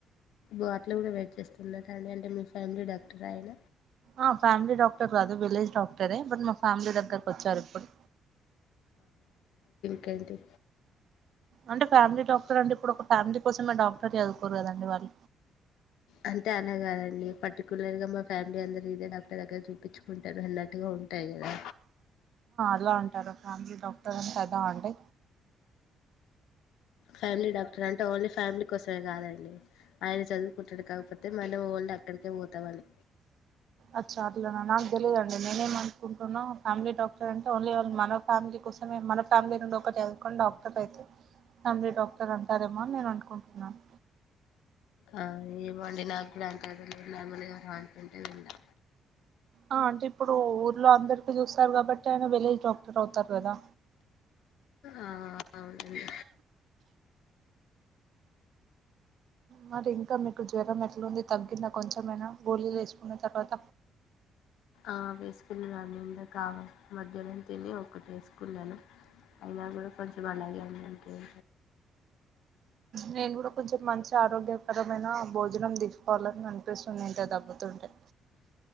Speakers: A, on the left; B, on the right.
A: ఓ అట్లా కూడా వెయిట్ చేస్తున్నారండి అంటే మీ ఫ్యామిలీ డాక్టర్ ఆయన
B: ఆ ఫ్యామిలీ డాక్టర్ కాదు విలేజ్ డాక్టరే బట్ మా ఫ్యామిలీ దగ్గరకు వచ్చారు ఇప్పుడు.
A: కంటి.
B: అంటే ఫ్యామిలీ డాక్టర్ అండి ఇప్పుడు ఒక ఫ్యామిలీ కోసమే డాక్ సటి అ కూరుగాదాండి వాళ్ళ
A: అంటే అలాగాదండి పర్టికులర్ గా మా ఫ్యామిలీ అందరు ఇదే నాకు దగ్గర చూపించుకుంటారు వెల్లట్టుగా ఉంటాయి కదా
B: ఎలా అంటారు ఫ్యామిలీ డాక్టర్ అంట పెద్ద అంటి
A: ఫ్యామిలీ డాక్టర్ అంటే ఓన్లీ ఫ్యామిలీ కోసమే కాదండి ఆయన చదువుకుంటాడు కాకపోతే మనం ఓన్లీ అక్కడికే పోతామని.
B: అచ్చా అట్లనా నాకు తెలియదండి నేనేమ అనుకుంటున్నా ఫ్యామిలీ డాక్టర్ అంటే ఓన్లీ మన ఫ్యామిలీ. సమే మన ఫ్యామిలీ నుండి ఒకటి కని డాక్టర్ అయితే తండ్రి డాక్టర్ అంటారేమో అని నేను అనుకుంటున్నాను
A: ఆ ఏమోండి నాకు కూడా అంత ఐడియా లేదు నార్మల్ గా అంటుంటే విన్నా
B: ఆ అంటే ఇప్పుడు ఊర్లో అందరికి చూస్తారు కాబట్టి ఆయన వెలేజ్ డాక్టర్ అవుతారు కదా.
A: ఆ అవునండి
B: మరి ఇంకా మీకు జ్వరం ఎట్లుంది తగ్గిందా కొంచెమైనా గోలీలు వేసుకున్న తర్వాత
A: ఆ వేసుకున్నాను ఇంద కావ మధ్యాహ్నం తిని ఒకటి వేసుకున్నాను అయినా కూడా కొంచెం అలాగే ఉంది అంటే ఏ
B: నేను కూడా కొంచెం మంచి ఆరోగ్యకరమైన భోజనం తీసుకోవాలని అనిపిస్తుంది ఏంటే దగ్గుతుంటే